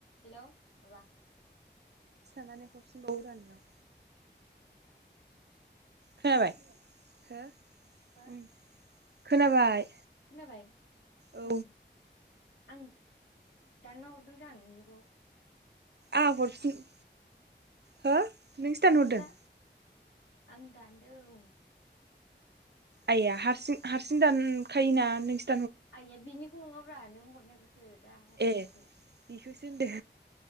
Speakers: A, on the left; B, on the right.
A: हेल' बाबा
B: सानानै हाबसिनबावो रानाव खोनाबाय हो
A: हा
B: उम खोनाबाय
A: खोनाबाय
B: औ
A: ओं आं दानना हरदोंसां नोंनिखौ
B: आ हरफिन हो नोंसो दानहरदों।
A: आङो जा आं दान्दों
B: आइया हारसिं हारसिं दानखायो ना नोंसि
A: आइया बिनिखौ नङाब्रा नों हरनायखौसो। सो दा हरनायखौसो
B: ए बेखौसो होनदों